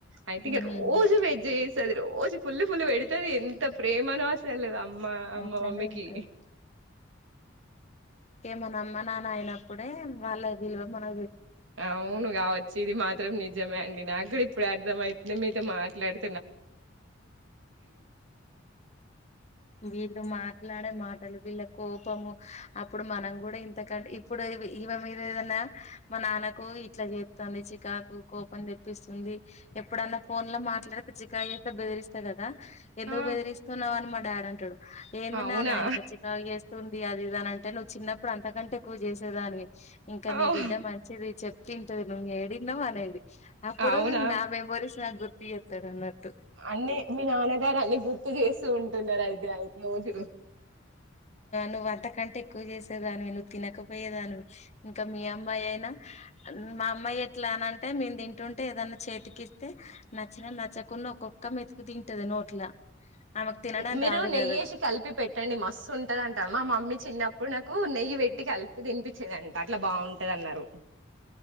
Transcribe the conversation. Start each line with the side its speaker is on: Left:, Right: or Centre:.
Right: అయితే
Left: హ్మ్
Right: ఇగ రోజు వెజ్ ఈ చేశారు రోజు ఫుల్ ఫుల్ అది ఎంత ప్రేమనో అసలు అమ్మ మా
Left: అట్లనే
Right: మమ్మీ
Left: ఉంటది
Right: కి
Left: మనం అమ్మ నాన్న అయినప్పుడే వాళ్ళ విలువ మన
Right: అవును కావచ్చి ఇది మా అది మాత్రం నిజమే ఇప్పుడు అర్థమైతుంది మీ మాట్లాడు
Left: వీళ్ళు మాట్లాడే మాటలు వీళ్ళ కోపము అప్పుడు మనం కూడా ఇంతకంటే ఇప్పుడు ఇవ మీద ఏదన్నా మా నాన్నకు ఇట్లా చెప్తుంది చికాకు కోపం తెప్పిస్తుంది ఎప్పుడన్నా ఫోన్ లో మాట్లాడి చ్చికకాయి ఎంత బెదిరిస్ష్ట గా ఎందుకు
Right: ఆ
Left: బెదిరిస్తూ నవ అమా డరంటడు ఏంద
Right: అవునా
Left: నానా ఇంత చికాకు చేస్తు ఉ అది అది ఇదని అంటే నువ్వు చిన్న ఇప్పుడు అంతకంటే ఎక్కువ చేసేదానికి ఇంకా
Right: అవు
Left: నీ బిడ్డ మంచిది చెప్ తింటది నువ్ ఏంద మనది ఆప్పుడు
Right: అవునా
Left: నా మెమోరీస్ జగగుత ఎక్కడున్నాడు
Right: అన్ని మీ నాన్నగారు అన్ని గుడ్ చేస్తూ ఉంటున్నారు అయితే అయితే నవుజ
Left: నువ్వ అంతకంటే ఎక్కువ చేసేదానివి నువ్వు తినకపోయేదానివి ఇంకా మీ అమ్మాయి అయినా మా అమ్మాయి ఎట్లా అన అంటే మేము తింటుంటే ఏదన్నా చేతికి ఇస్తే నచ్చిన నచ్చకుండా ఒక్కొక్క మెతుకు తింటది నోట్లా ఆమకు తినడం
Right: మీరు
Left: రాదు
Right: నెయ్యేసి
Left: కాద
Right: కలిపి పెట్టండి మస్తు ఉంటదింటా మా మమ్మీ చిన్న అప్పుడు నాకు నెయ్యి పెట్టి కలిపి తినిపించేది వచ్చేదంట అట్లా బాగుంటది అన్నారు